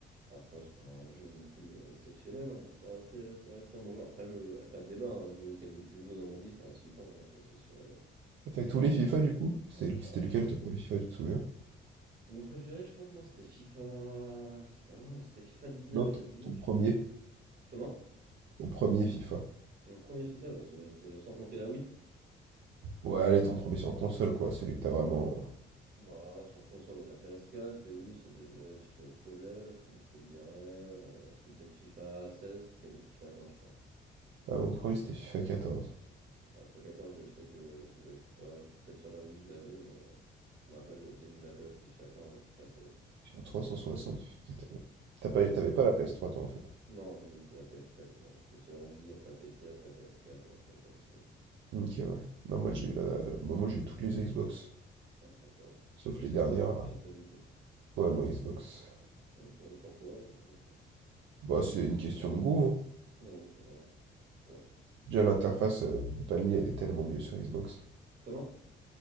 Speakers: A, on the right; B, on the right.
A: Après, c'est pas un jeu non plus euh, exceptionnel, hein, mais ça restait, ça restait un bon jeu. Après, le, y a pas de débat, hein, le jeu auquel j'ai pu jouer dans ma vie, ça reste FIFA, hein, ça c'est sûr et,
B: T'as fait
A: sûr
B: tous
A: et
B: les
A: certain.
B: FIFA, du coup? C'était le-
A: Voilà.
B: c'était lequel ton premier FIFA, tu te souviens?
A: Mon préféré, je crois que moi, c'était FIFA. C'était un- c'était FIFA 19.
B: Non,
A: FIFA
B: ton
A: 19,
B: ton premier.
A: j'avais. j'avais- Comment?
B: Ton premier FIFA.
A: Mon premier FIFA, bah, ça va être, euh, sans compter la Wii.
B: Ouais, allez, ton premier sur console, quoi. Celui que t'as vraiment.
A: Bah, sur console, on va dire PS4, je l'ai eu, ça devait être, j'étais au collège, donc je te dirais, euh, c'était peut-être FIFA 16 ou FIFA 15, je pense.
B: Ah, mon premier, c'était FIFA quatorze
A: Ouais, FIFA 14, je sais que je jouais pas, ou peut-être sur la Wii, je l'avais, mais euh, je me rappelle, euh, dès que j'ai eu la PS, c'était FIFA 15 ou FIFA 16.
B: Sur trois
A: Mais franchement,
B: cent soixante
A: euh,
B: FIFA quatorze T'as
A: moi,
B: pas,
A: j'étais
B: eu-
A: quoi?
B: t'avais pas la PS3, toi, en fait.
A: Non, j'ai eu la PS4, moi, j'étais sur Wii, après PC, après PS4 et après PS5, du coup.
B: Ok, ouais. Non, moi, j'ai eu la... bah, moi, j'ai eu toutes les Xbox.
A: Oh, sympa.
B: Sauf
A: C'est plus
B: les dernières,
A: Xbox que
B: là.
A: Play, toi, du coup.
B: Ouais, moi, Xbox.
A: Ok, pourquoi? Euh,
B: Bah, c'est une question de goût, hein.
A: Non, oui, c'est vrai. Ouais.
B: Déjà, l'interface, euh, faut pas le nier, elle est tellement mieux sur Xbox.
A: Comment?